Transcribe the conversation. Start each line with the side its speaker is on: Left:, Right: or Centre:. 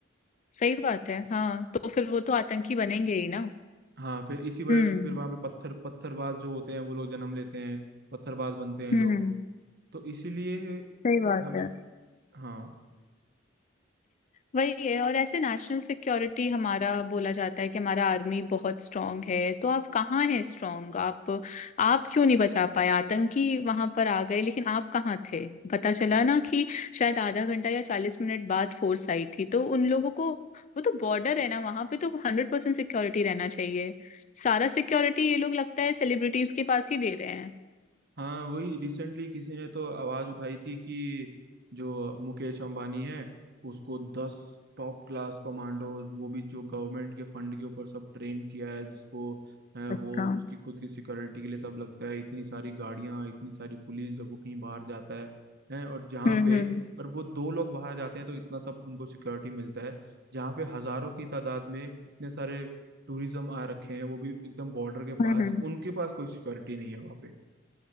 Left: सही बात है हाँ तो फिर वो तो आतंकी बनेंगे ही ना
Right: हाँ फिर इसी वजह
Left: हम्म
Right: से फिर वहां पे पत्थर पत्थरबाज जो होते हैं वो लोग जन्म लेते हैं पत्थरबाज बनते हैं
Left: हम्म
Right: लोग तो इसीलिए
Left: सही बात
Right: हमें
Left: है
Right: हाँ
Left: वही है और ऐसे नेशनल सिक्योरिटी हमारा बोला जाता है कि हमारा आर्मी बहुत स्ट्रांग है तो आप कहाँ हैं स्ट्रांग आप आप क्यों नहीं बचा पाए आतंकी वहां पर आ गए लेकिन आप कहाँ थे पता चला ना कि शायद आधा घंटा या चालीस मिनट बाद फोर्स आई थी तो उन लोगों को वो तो बॉर्डर है ना वहां पे तो हंड्रेड परसेंट सिक्योरिटी रहना चाहिए सारा सिक्योरिटी ये लोग लगता है सेलिब्रिटीज के पास ही दे रहे हैं
Right: हाँ वही रिसेंटली किसी ने तो आवाज उठाई थी कि जो मुकेश अंबानी है उसको दस टॉप क्लास कमांडोज वो भी जो गवर्नमेंट के फंड के ऊपर सब ट्रेन किया है जिसको है
Left: अच्छा
Right: वो उसकी खुद की सिक्योरिटी के लिए सब लगता है इतनी सारी गाड़ियां इतनी सारी पुलिस जब वो कहीं बाहर जाता है, है और जहाँ
Left: हम्म
Right: पे
Left: हम्म
Right: और वो दो लोग बाहर जाते हैं तो इतना सब उनको सिक्योरिटी मिलता है जहाँ पे हजारों की तादाद में इतने सारे टूरिज्म आ रखे हैं वो भी एकदम बॉर्डर के पास
Left: हम्म हम्म।
Right: उनके पास कोई सिक्योरिटी नहीं है वहाँ पे